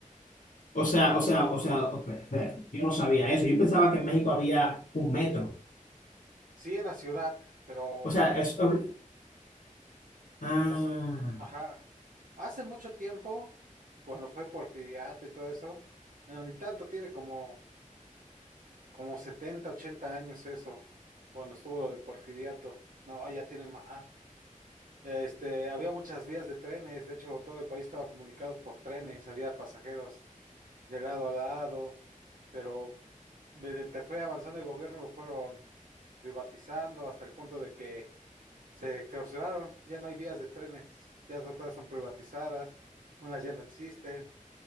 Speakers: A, on the left; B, on the right.
A: O sea, o sea, o sea, o- espera, yo no sabía eso. Yo pensaba que en México había un metro.
B: Sí en la ciudad, pero
A: O sea, es obli- Ah,
B: Las- ajá. Hace mucho tiempo, cuando fue Porfiriato y todo eso, bueno, ni tanto tiene como, como 70 80 años eso, cuando estuvo lo del Porfiriato. No, ya tiene más. Este, había muchas vías de trenes, de hecho todo el país estaba comunicado por trenes, había pasajeros de lado a lado, pero mediante fue avanzando el gobierno lo fueron privatizando hasta el punto de que se clausuraron, ya no hay vías de trenes, ya son, todas están privatizadas, unas ya no existen,